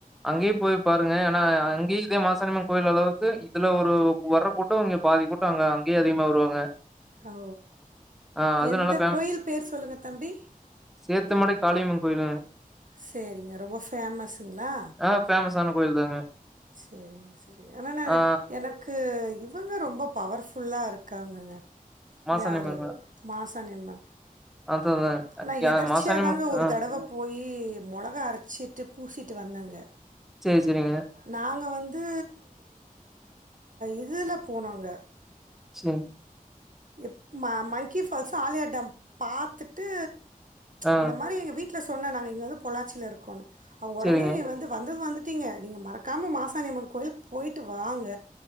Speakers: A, in the centre; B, on the right.
A: அங்கயு போய் பாருங்க ஏனா அங்கே இதே மாசனியம்மன் கோயில் அளவுக்கு இதுல ஒரு வர்ர கூட்டோ இங்க பாதி கூட்டோ அங்க அங்கேயே அதிகமா வருவாங்க.
B: ஓ
A: ஆ அதுவும்
B: எந்த
A: நல்லா
B: கோயில் பேர் சொல்லுங்க தம்பி
A: சேத்து மடை காளியம்மன் கோயிலுங்க
B: சேரிங்க ரொம்ப ஃபேமஸுங்ளா?
A: ஆ ஃபேமஸான கோயில் தாங்க.
B: சேரிங்க சேரிங் ஆனா நானு
A: ஆ
B: எனக்கு உ இவுங்க ரொம்ப பவர்ஃபுல்லா இருக்காங்கங்க
A: மாசாணியம்மன்ங்க.
B: யாரு மாசாணியம்மன்
A: அதுதான்.
B: ஆனா எதர்ச்சியாதாங்க
A: அ மாசாணியம்மன்
B: ஒரு
A: ஆ
B: தடவ போயி மொளகா அரச்சிட்டு பூசிட்டு வந்தங்க
A: சரி, சரிங்க.
B: நாங்க வந்து இதுல போனொங்க
A: சேரிங்
B: எம் மங்கி ஃபால்ஸு ஆழியார் டேம் பாத்துட்டு
A: ஆ
B: இந்த மாரி எங்க வீட்ல சொன்னோ நாங்க இங்க வந்து பொள்ளாச்சில இருக்கோன்னு அவுங்க ஒடனே
A: சரிங்க.
B: நீ வந்து வந்து ட்டீங்க நீங்க மறக்காம மாசாணியம்மன் கோயிலுக்கு போயிட்டு வாங்க